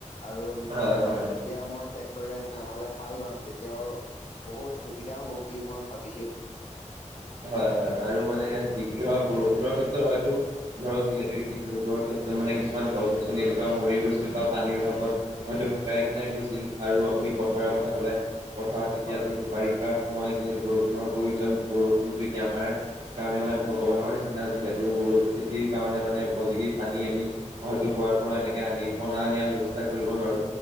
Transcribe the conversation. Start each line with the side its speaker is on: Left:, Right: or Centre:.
Left: আৰু
Right: হয় হয়
Left: যেতিয়া মই টেক্টৰ নাঙলে হাল বাম তেতিয়াও বহুত সুবিধা হ'ব বুলি মই ভাবিছো।
Right: হয় হয় আৰু মানে যি কি হক বৰষুণৰ ক্ষেত্ৰত হয়তো ধৰক যিহেতু এদিন ৰ'দৰ ক্ষেত্ৰত মানে কিছুমান গছ গছনি এনেকুৱা মৰি গৈছিল। বা পানীৰ অভাৱত হয়তো শুকাই কিনাই গৈছিল আৰু আপুনি পথাৰৰ কথা ক'লে। পথাৰত এতিয়া
Left: হয়
Right: যিহেতু বাৰিষাৰ সময়ত যিহেতু বৰষুণৰ প্ৰয়োজন। বৰষুণ এতিয়া আমাৰ কাৰণে মানে ভগৱানৰ নিচিনা যিহেতু খেতিৰ কাৰণে মানে উপযোগী পানী। আমি হয়তো কুৱাৰ পৰা এনেকে আনি নিয়া দিয়াৰ ব্যৱস্থা কৰিব নোৱাৰো।